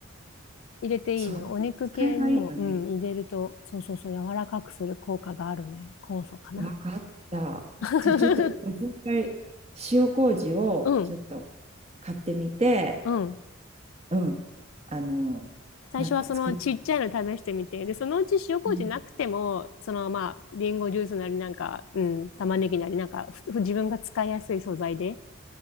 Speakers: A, on the left (about 70°); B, on the right (about 30°).
A: 入れていいね。
B: そう、
A: お肉系にも、
B: 使えばいいのね。
A: うん、入れると、そうそうそう、柔らかくする効果があるね。酵素かな。
B: わかった。
A: <laughs>
B: じゃあちょっともう一回塩麹をちょっと
A: うん、
B: 買ってみて、
A: うん。
B: うん、あの、
A: 最初はそのちっちゃいの試してみて、
B: なんか作って、
A: で、そのうち塩麹なくても、
B: うん、
A: そのまあ、リンゴジュースなりなんか、うん、玉ねぎなりなんか、ふ自分が使いやすい素材で、